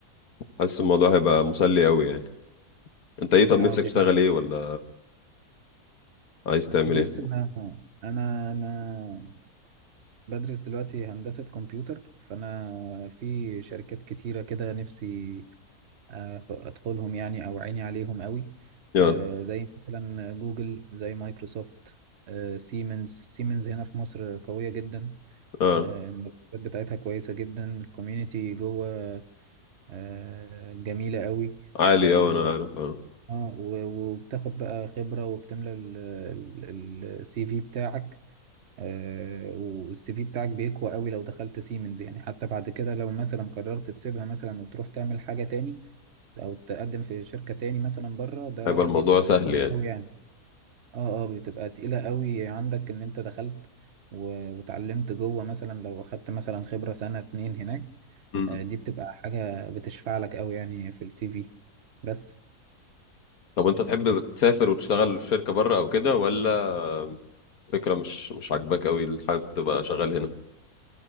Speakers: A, on the left; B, on the right.
A: حاسس الموضوع هيبقى مسلي قوي يعني انت ايه طب نفسك
B: اه دي
A: تشتغل
B: حقيقة
A: ايه ولا عايز تعمل
B: بص
A: ايه
B: انا انا انا بدرس دلوقتي هندسة كمبيوتر فانا في شركات كتيرة كده نفسي أخ- ادخلهم يعني او عيني عليهم قوي
A: اه
B: آه، زي مثلا جوجل زي مايكروسوفت آه، سيمنز سيمنز هنا في مصر قوية جدا
A: اه
B: آه، المرتبات بتاعتها كويسة جدا الكوميونتي جوه آه، جميلة قوي
A: عالي
B: اه
A: اه انا عارف اه
B: آه، و- وبتاخد بقى خبرة وبتملى السي في بتاعك آه، والسي في بتاعك بيقوى قوي لو دخلت سيمنز يعني حتى بعد كده لو مثلا قررت تسيبها مثلا وتروح تعمل حاجة تاني او تقدم في شركة تاني مثلا بره ده
A: هيبقى الموضوع
B: بيبقى
A: سهل
B: تقيل
A: يعني
B: قوي يعني اه اه بتبقى تقيلة قوي عندك ان انت دخلت و- واتعلمت جوه مثلا لو اخدت مثلا خبرة سنة اتنين هناك
A: مم.
B: آه، دي بتبقى حاجة بتشفع لك قوي يعني في السي في بس
A: طب انت تحب تسافر وتشتغل في شركة بره او كده ولا فكرة مش مش عاجباك قوي اللي حابب تبقى شغال هنا